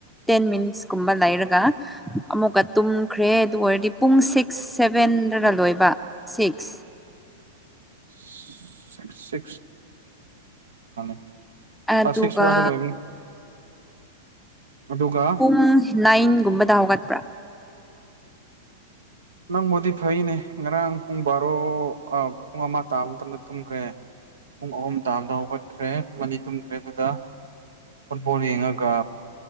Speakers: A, in the centre; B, on the right.
A: ꯇꯦꯟ ꯃꯤꯅꯤꯠꯁꯀꯨꯝꯕ ꯂꯩꯔꯒ ꯑꯃꯨꯛꯀ ꯇꯨꯝꯈ꯭ꯔꯦ ꯑꯗꯨ ꯑꯣꯏꯔꯗꯤ ꯄꯨꯡ ꯁꯤꯛꯁ ꯁꯦꯚꯦꯟꯗꯔ ꯂꯣꯏꯕ ꯁꯤꯛꯁ
B: ꯁꯤ ꯁꯤꯁ <inaudible>
A: ꯑꯗꯨꯒ
B: ꯄ ꯁꯤꯛꯁ ꯋꯥꯏꯗ ꯂꯣꯏꯕꯅꯤ ꯑꯗꯨꯒ
A: ꯄꯨꯡ ꯅꯥꯏꯟꯒꯨꯝꯕꯗ ꯍꯧꯒꯠꯄ꯭ꯔꯥ
B: ꯅꯪꯕꯨꯗꯤ ꯐꯩꯅꯦ ꯉꯔꯥꯡ ꯄꯨꯡ ꯕꯥꯔꯣ ꯄꯨꯡ ꯑꯃ ꯇꯥꯕ ꯃꯇꯝꯗ ꯇꯨꯝꯈ꯭ꯔꯦ ꯄꯨꯡ ꯑꯍꯨꯝ ꯇꯥꯕꯗ ꯍꯧꯒꯠꯈ꯭ꯔꯦ ꯄꯨꯡ ꯑꯅꯤ ꯇꯨꯝꯗ꯭ꯔꯦ ꯑꯗꯨꯗ ꯐꯨꯠꯕꯣꯜ ꯌꯦꯡꯉꯒ